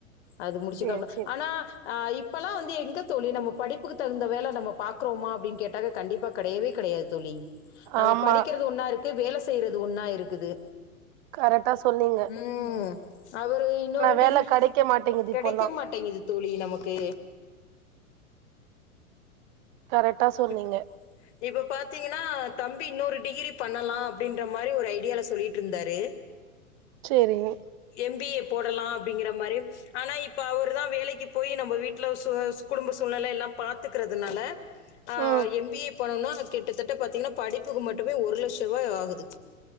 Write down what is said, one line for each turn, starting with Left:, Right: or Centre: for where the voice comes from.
Left: அது முடிச்சுக்காப்புல
Right: சேரி சேரி
Left: ஆனா இப்பல்லா வந்து எங்கே தோழி நம்ம படிப்புக்கு தகுந்த வேல நம்ம பாக்றோமா அப்டின்னு கேட்டா கண்டிப்பா கெடயவே கெடையாது தோழி நம்ம
Right: ஆமா
Left: படிக்கிறது ஒன்னா இருக்கு வேல செய்யறது ஒன்னா இருக்குது
Right: கரெக்டா சொன்னீங்
Left: ம் அவரு இன்னொரு
Right: வேல
Left: டிகிரி
Right: கெடைக்க மாட்டேங்குது
Left: கெடைக்க
Right: இப்போல்லா
Left: மாட்டேங்குது தோழி நமக்கு
Right: கரெட்டா சொன்னீங்க
Left: இப் இப்ப பாத்தீங்கனா தம்பி இன்னொரு டிகிரி பண்ணலா அப்டின்றமா மாரி ஒரு ஐடியால சொல்லிட் இருந்தாரு
Right: செரிங்க
Left: எம் பி ஏ போடலா அப்டிங்கிற மாரி ஆனா இப்ப அவரு தா வேலைக்கு போயி நம்ம வீட்ல சோ ச குடும்ப சூழ்நெல எல்லா பாத்துக்கறதுனால ஆ
Right: ம்
Left: எம் பி ஏ பண்ணுனா கிட்டத்தட்ட பாத்தீங்கன்னா படிப்புக்கு மட்டுமே ஒரு லட்ச ரூபாய் ஆகுது